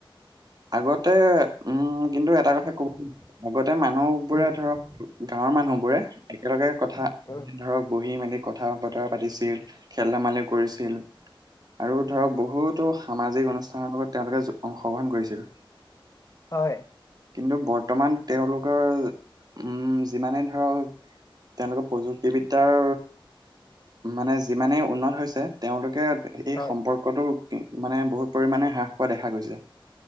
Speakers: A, on the right; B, on the left.
A: সেইয়া আগতে উম ওওও কিন্তু এটা কথা কব কিন্তু আগতে মানুহবোৰে
B: উম
A: ধৰক গাঁৱৰ মানুহবোৰে একেলগে কথা দিন-দিনধৰক
B: উম
A: বহি মেলি কথা-বতৰা পাতিছিল খেল-ধেমালি কৰিছিল আৰু ধৰক বহুতো সামাজিক অনুষ্ঠানৰ লগত তেওঁলোকে যো অংশগ্ৰহণ কৰিছিল।
B: হয়।
A: কিন্তু বৰ্তমান তেওঁলোকৰ উম যিমানে ধৰক তেওঁলোকৰ প্ৰযুক্তিবিদ্যাৰ মানে, যিমানেই উন্নত হৈছে তেওঁলোকে এ এ এই
B: হয়
A: সম্পৰ্কটোক মানে বহুত পৰিমাণে হ্ৰাস পোৱা দেখা গৈছে।